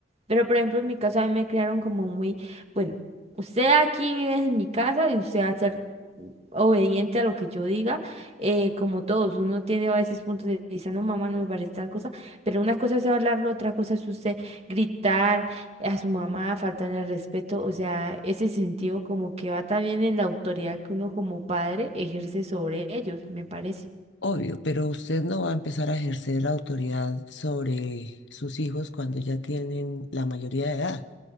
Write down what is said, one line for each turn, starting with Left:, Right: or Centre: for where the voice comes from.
Right: Pero, por ejemplo, en mi caso, a mí me crearon como muy, bueno, usted aquí vive en mi casa y usted va a ser obediente a lo que yo diga, eh, como todos. Uno tiene a veces puntos de vista, no, mamá, no me parece tal cosa. Pero una cosa es hablarlo, otra cosa es usted gritar a su mamá, faltarle al respeto. O sea, ese sentido como que va también en la autoridad que uno como padre ejerce sobre ellos, me parece.
Left: Obvio, pero usted no va a empezar a ejercer autoridad sobre sus hijos cuando ya tienen la mayoría de edad.